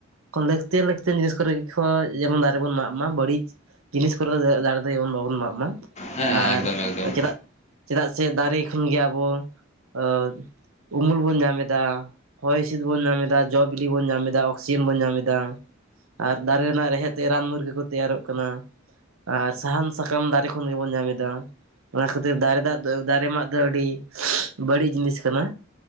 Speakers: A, on the right (about 80°); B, on the left (about 35°).
A: ᱠᱷᱚᱱ ᱞᱟᱹᱠᱛᱤᱭᱟᱱ ᱞᱟᱹᱠᱛᱤᱭᱟᱱ ᱡᱤᱱᱤᱥ ᱠᱚᱨᱮ ᱜᱤ ᱠᱷᱚᱡ ᱡᱮᱢᱚᱱ ᱫᱟᱨᱮ ᱵᱚᱱ ᱢᱟᱜ ᱢᱟ, ᱵᱟᱹᱲᱤᱡ ᱡᱤᱱᱤᱥ ᱠᱚᱨᱮ ᱫᱚ <inaudible> ᱫᱟᱨᱮ ᱫᱚ ᱡᱮᱢᱚᱱ ᱵᱟᱵᱚᱱ ᱢᱟᱜ ᱢᱟ᱾
B: ᱦᱮᱸ
A: ᱟᱨ
B: ᱮᱠᱫᱚᱢ ᱮᱠᱫᱚᱢ
A: ᱪᱮᱫᱟᱜ ᱪᱮᱫᱟᱜ ᱥᱮ ᱫᱟᱨᱮ ᱠᱷᱚᱱ ᱜᱮ ᱟᱵᱚ ᱮ ᱩᱢᱩᱞ ᱵᱚᱱ ᱧᱟᱢ ᱮᱫᱟ, ᱪᱤᱫ ᱵᱚᱱ ᱧᱟᱢ ᱮᱫᱟ ᱡᱚ ᱵᱤᱞᱤ ᱵᱚᱱ ᱧᱟᱢ ᱮᱫᱟ, ᱚᱠᱥᱤᱡᱮᱱ ᱵᱚᱱ ᱧᱟᱢ ᱮᱫᱟ᱾ ᱟᱨ ᱫᱟᱨᱮ ᱨᱮᱱᱟᱜ ᱨᱮᱦᱮᱫᱽ ᱛᱮᱜᱮ ᱨᱟᱱ ᱢᱩᱨᱜᱟᱹ ᱠᱚ ᱛᱮᱭᱟᱨᱚᱜ ᱠᱟᱱᱟ᱾ ᱟᱨ ᱥᱟᱦᱟᱱ ᱥᱟᱠᱟᱢ ᱫᱟᱨᱮ ᱠᱷᱚᱱ ᱜᱮᱵᱚᱱ ᱧᱟᱢ ᱮᱫᱟ᱾ ᱚᱱᱟ ᱠᱷᱟᱹᱛᱤᱨ ᱫᱟᱨᱮ ᱫᱟᱜ ᱫᱚ ᱫᱟᱨᱮ ᱢᱟᱜ ᱫᱚ ᱟᱹᱰᱤ ᱵᱟᱹᱲᱤᱡ ᱡᱤᱱᱤᱥ ᱠᱟᱱᱟ᱾